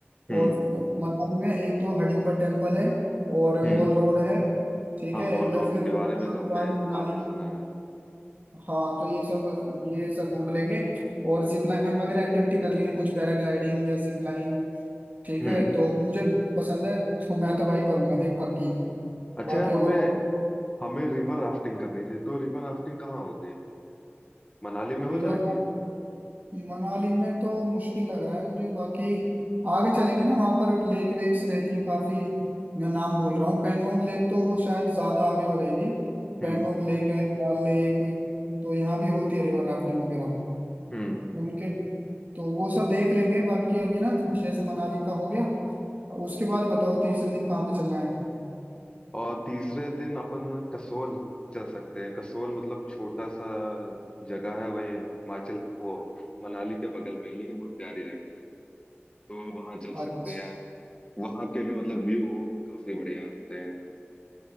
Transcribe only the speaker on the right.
और मनाली में एक तो हडिम्बा टेम्पल है और
मॉल रोड है ठीक
है
या
फिर
पुरानी
मनाली
हाँ तो ये सब ये सब घूम लेंगे और जिप लाइन वगैरह एक्टिविटी कर लेंगे कुछ पैराग्लाइडिंग या जिप ठीक
है तो मुझे पसंद है तो मैं तो भाई करूंगा देख पक्की
बाकी
औरों
को
रिवर
मनाली में तो मुश्किल लग रहा है मुझे बाकी आगे चलेंगे ना वहां पर लेक वेक्स रहती हैं काफी मैं नाम भूल रहा हूँ पेंगोंग लेक तो शायद ज्यादा आगे हो जाएगी
पेंगोंग लेक है दाल लेक तो यहाँ भी होती है रिवर राफ्टिंग वगैरह
उनके तो वो सब देख लेंगे बाकी अभी ना जैसे मनाली का हो गया उसके बाद बताओ तीसरे दिन कहाँ पे चलना है
अच्छा